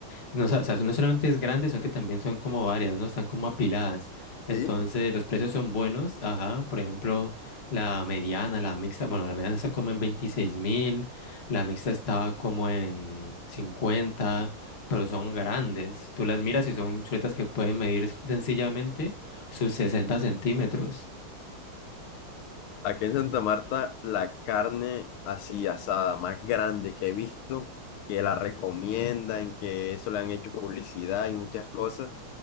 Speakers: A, on the left; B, on the left.
A: no, sa- o sea, no solamente es grande, son que también son como varias, ¿no? Están como apiladas. Entonces,
B: ¿Sí?
A: los precios son buenos. Ajá, por ejemplo, la mediana, la mixta, bueno, la mediana está como en veintiséis mil, la mixta estaba como en cincuenta pero son grandes. Tú las miras y son chuletas que pueden medir sencillamente sus 60 centímetros.
B: Aquí en Santa Marta, la carne así asada más grande que he visto, que la recomiendan, que eso le han hecho publicidad y muchas cosas,